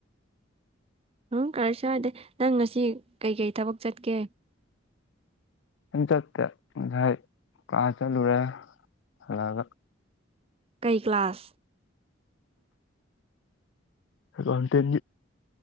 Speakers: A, on the right; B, on the left.
A: ꯎꯪ ꯀꯔꯁꯨ ꯍꯥꯏꯗꯦ ꯅꯪ ꯉꯁꯤ ꯀꯩꯀꯩ ꯊꯕꯛ ꯆꯠꯀꯦ
B: ꯆꯠ ꯉꯁꯥꯏ ꯀꯥ ꯆꯠꯂꯨꯨꯔꯦ ꯍꯒ
A: ꯀꯩ ꯀ꯭ꯂꯥꯁ
B: ꯍꯀꯟ ꯇ